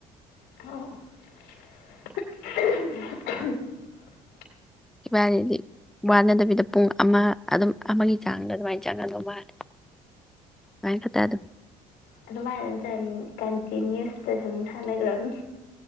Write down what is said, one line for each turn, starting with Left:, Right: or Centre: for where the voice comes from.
Left: <unintelligible> <unintelligible>
Centre: ꯏꯕꯥꯅꯤꯗꯤ ꯋꯥꯅꯗꯕꯤꯗ ꯄꯨꯡ ꯑꯃ ꯑꯗꯨꯝ ꯑꯃꯒꯤ ꯆꯥꯡꯗ ꯑꯗꯨꯃꯥꯏꯅ ꯆꯪꯒꯗꯧ ꯃꯥꯂꯦ ꯀꯥꯏ ꯈ ꯇꯗ
Left: ꯑꯗꯨ ꯃ ꯆ ꯀ ꯀꯤ ꯅ꯭ꯌꯨꯁꯇ ꯁꯨꯝ ꯁꯥꯟꯅꯈ꯭ꯔꯕꯅꯤ